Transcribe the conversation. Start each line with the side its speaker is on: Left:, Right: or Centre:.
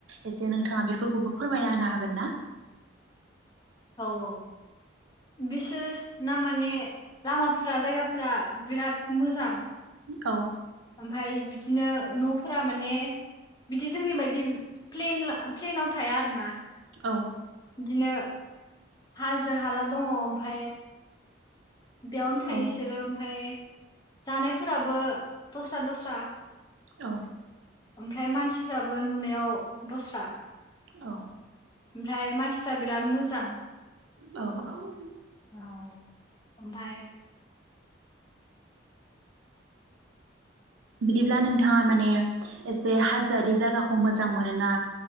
Right: एसे नोंथाङा बेफोरखौबो फोरमायना होनो हागोन ना?
Left: औ औ बिसोर ना माने लामाफोरा जायगाफोरा बिराद मोजां
Right: औ
Left: ओमफाय बिदिनो न'फोरा माने बिदि जोंनि बायदि प्लेन ला प्लेनाव थाया आरो ना?
Right: औ।
Left: बिदिनो हाजो हाला दङ ओमफाय बेयावनो थायो
Right: औ
Left: बिसोरो ओमफफ्राय जानायफोराबो दस्रा दस्रा
Right: औ
Left: ओमफ्राय मानसिफ्राबो नुनायाव दस्रा
Right: औ
Left: ओमफ्राय मानसिफ्रा बिराद मोजां।
Right: औ औ
Left: औ ओमफाय
Right: बिदिब्ला नोंथाङा माने एसे हाजोआरि जायगाखौ मोजां मोनोना